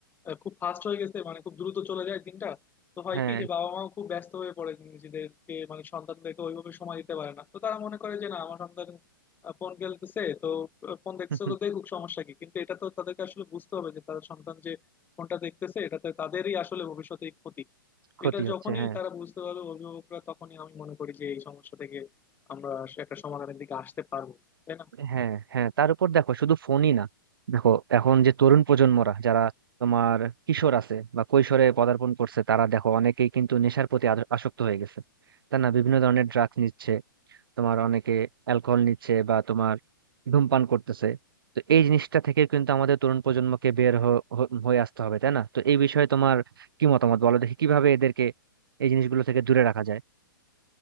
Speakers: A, on the left; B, on the right.
A: আহ, খুব ফাস্ট হয়ে গেছে মানে খুব দ্রুত চলে যায় দিনটা তো হয়
B: হ্যাঁ
A: কি যে বাবা মাও খুব ব্যস্ত হয়ে পড়ে নিজেদেরকে মানে সন্তানদেরকে ওইভাবে সময় দিতে পারে না তো তারা মনে করে যে না আমার সন্তান আহ, ফোন খেলতেছে তো আহ, ফোন দেখছে
B: <laughs>
A: তো দেখুক সমস্যা কি কিন্তু এটা তো তাদেরকে আসলে বুঝতে হবে যে তাদের সন্তান যে ফোনটা দেখতেছে এটাতে তাদেরই আসলে ভবিষ্যতে ক্ষতি তো
B: ক্ষতি
A: এটা
B: হচ্ছে
A: যখনই
B: হ্যাঁ
A: তারা বুঝতে পারবে অভিভাবকরা তখনই আমি মনে করি যে এই সমস্যা থেকে আমরা একটা সমাধানের দিকে আসতে পারবো তাই না
B: হ্যাঁ হ্যাঁ তার উপর দেখো শুধু ফোনই না দেখো এখন যে তরুণ প্রজন্মরা যারা তোমার কিশোর আছে বা কৈশোরে পদার্পণ করছে তারা দেখো অনেকেই কিন্তু নেশার প্রতি আদ- আসক্ত হয়ে গেছে তার না বিভিন্ন ধরনের ড্রাগস নিচ্ছে তোমার অনেকে অ্যালকোহল নিচ্ছে বা তোমার ধূমপান করতেছে তো এই জিনিসটা থেকে কিন্তু আমাদের তরুণ প্রজন্মকে বের হ- হ- হয়ে আসতে হবে তাই না তো এই বিষয়ে তোমার কি মতামত বলো দেখি কিভাবে এদেরকে এই জিনিসগুলো থেকে দূরে রাখা যায়